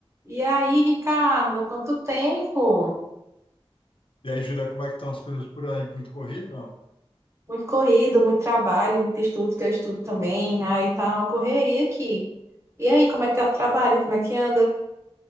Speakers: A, on the right; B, on the left.
A: E aí, Ricardo, há quanto tempo?
B: E aí, Julia, como é que estão as coisas por aí? Muito corrido, não?
A: Muito corrido, muito trabalho, muito estudo, que eu estudo também. Aí tá uma correria aqui. E aí, como é que tá o trabalho? Como é que anda?